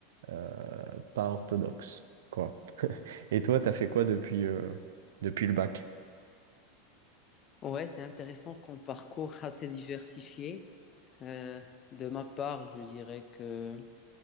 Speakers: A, on the right; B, on the left.
A: euh, pas orthodoxe, quoi. Et toi, t'as fait quoi depuis, euh, depuis le bac?
B: Ouais, c'est intéressant qu'on parcours <laughs> assez diversifié. Euh, de ma part, je dirais que